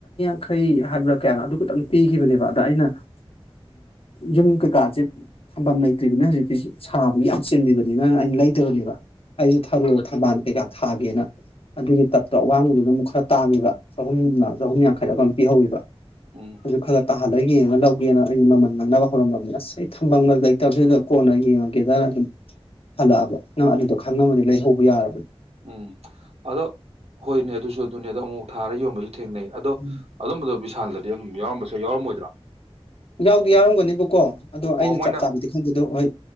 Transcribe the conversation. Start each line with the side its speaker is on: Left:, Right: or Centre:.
Left: ꯈꯧ ꯍꯥꯏꯕ꯭ꯔꯥ ꯀꯌꯥꯅꯣ ꯑꯗꯨ ꯈꯇꯪ ꯄꯤꯈꯤꯕꯅꯦꯕ ꯑꯗ ꯑꯩꯅ ꯌꯨꯝ ꯀꯩꯀꯥꯁꯦ ꯊꯝꯐꯝꯝ ꯂꯩꯇ꯭ꯔꯤꯕꯅꯤꯅ ꯍꯧꯖꯤꯛꯇꯤ ꯁꯥꯕꯒꯤ ꯌꯥꯝ ꯆꯤꯜꯂꯤꯕꯅꯤ ꯅꯪꯅ ꯑꯩꯅ ꯂꯩꯗꯕꯅꯦꯕ ꯑꯩꯁꯨ ꯊꯔ ꯊꯝꯕꯥꯜ ꯀꯩꯀꯥ ꯊꯥꯒꯦꯅ ꯑꯗꯨꯒꯤ ꯇꯞꯇꯣ ꯑꯋꯥꯡꯕꯗꯨꯅ ꯑꯃꯨꯛ ꯈꯔ ꯇꯥꯡꯉꯤꯕ ꯆꯍꯨꯝ ꯆꯍꯨꯝ ꯌꯥꯡꯈꯩꯔ ꯑꯃꯝ ꯄꯤꯍꯧꯕ
Right: ꯎꯝ
Left: ꯑꯗꯨ ꯈꯂ ꯇꯥꯍꯜꯂ ꯌꯦꯡꯉꯒ ꯂꯧꯒꯦꯅ ꯑꯩꯅ ꯃꯃꯜ ꯉꯥꯡꯅꯕ ꯍꯧꯔꯝꯃꯕꯅꯤ ꯑꯁ ꯑꯩ ꯊꯐꯝꯅ ꯂꯩꯇꯕꯁꯤꯗ ꯀꯣꯟꯅ ꯌꯦꯡꯉꯒꯦꯗꯅ ꯑꯗꯨꯝ ꯍꯜꯂꯛꯑꯕ ꯅꯪ ꯑꯗꯨꯗꯣ ꯈꯪꯉꯃꯗꯤ ꯂꯩꯍꯧꯕ ꯌꯥꯔꯕꯅꯤ
Right: ꯎꯝ ꯑꯗꯣ ꯍꯣꯏꯅꯦ ꯑꯗꯨꯁꯨ ꯑꯗꯨꯅꯦ ꯑꯗꯣ ꯑꯃꯨꯛ ꯊꯥꯔ ꯌꯣꯟꯕꯁꯤ ꯊꯦꯡꯅꯩ ꯑꯗꯣ
Left: ꯎꯝ
Right: ꯑꯗꯨꯝꯕꯗ ꯊꯥꯟꯗꯗꯤ ꯑꯗꯨꯝ ꯌꯥꯎꯔꯝꯕꯁꯨ ꯌꯥꯎꯔꯝꯃꯣꯏꯗ꯭ꯔꯥ
Left: ꯌꯥꯎꯗꯤ ꯌꯥꯎꯔꯝꯒꯅꯤꯕꯨꯀꯣ ꯑꯗꯣ ꯑꯩꯅ
Right: ꯃꯣꯏꯅ
Left: ꯆꯞ ꯆꯥꯕꯤꯗꯤ ꯈꯪꯗꯦꯗꯣ ꯍꯣꯏ